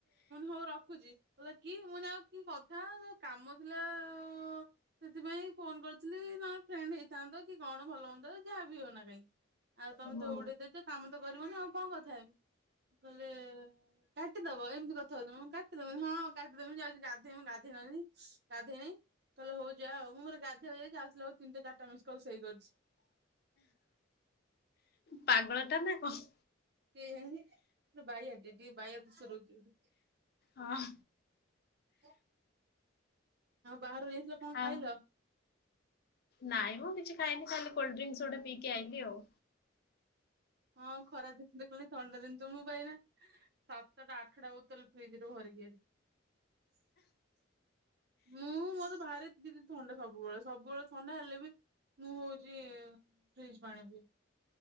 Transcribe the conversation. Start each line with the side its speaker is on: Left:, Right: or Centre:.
Right: ହଉ ରଖୁଛି କଲା କି ମୁଁ କହିନି ଆଉ କି କଥା କାମ ଥିଲା ଆଉ ସେଥିପାଇଁ ଫୋନ କରିଥିଲି ତମର ଫ୍ରେଣ୍ଡ ହେଇଥାନ୍ତ କି କଣ ଭଲ ହୁଅନ୍ତା ଯାହା ବି ହଉନା ଆଉ ତମେ
Left: ହୁଁ
Right: ତ ଉଡେଇ ଦେଇଛ କାମ ତ କରିବନି ଆଉ କଣ କଥା ହେବି କହିଲେ କାଟିଦବ ଏମିତି କଥା ହଉଛି କାଟିଦବନି ହଁ କାଟିଦବି ଯାଉଛି ଗାଧେଇବି ଗାଧୋଇ ନ ଥିଲି ଗାଧେଇନି। କହିଲେ ହୋଉ ଯା ଆଉ ମୁଁ ମୋର ଗାଧେଇବାକୁ ଯାଇଚି ଆସିଲା ବେଳକୁ ତିନି ଚାରିଟା ମିସକଲ୍ ସେଇ କରିଛି।
Left: ପାଗଳ ଟା ନା କଣ?
Right: ସେ ବାଇଟେ ଟିକେ ବାୟା ଦୋଷ ରହୁଛି।
Left: ହଁ।
Right: ଆଉ ବାହାଘର କୁ ଯାଇଥିଲ କଣ
Left: ଆଉ
Right: ଖାଇଲ?
Left: ନାଇଁ ମ କିଛି ଖାଇନି ଖାଲି କୋଲ୍ଡରୀଙ୍କିସ୍ ଗୋଟ ପିକି ଆଇଲି ଆଉ।
Right: ହଁ ଖରା ଜିନିଷ ଦେଖିଲି ଥଣ୍ଡା ଜିନିଷ ମୁଁ ଏନା ସାତଟାଟା ଆଠଟା ବୋଟଲ ଫ୍ରିଜିରୁ ରୁ ଭରିକି <inaudible> ମୁଁ ମୋର ଭାରି ଦିଦି ଥଣ୍ଡା ସବୁବେଳେ ସବୁବେଳେ ଥଣ୍ଡା ହେଲେ ବି ମୁଁ ହଉଛି ଫ୍ରିଜ ପାଣି ପିଏ।